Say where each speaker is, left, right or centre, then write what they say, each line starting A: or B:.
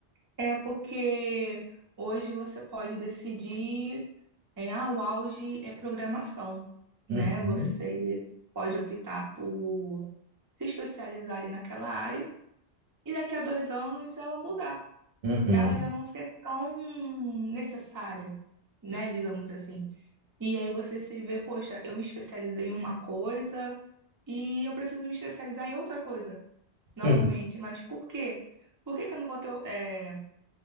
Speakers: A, on the right; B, on the right.
A: é porque hoje você pode decidir, é, ah, o auge é programação,
B: Uhum,
A: né? Você pode optar por se especializar ali naquela área e daqui a dois anos ela mudar,
B: uhum,
A: ela já não ser tão necessária, né? Digamos assim. E aí você se vê, poxa, eu me especializei em uma coisa e eu preciso me especializar em outra coisa, novamente.
B: <laughs>
A: Mas por quê? Por que que eu não vou ter, é,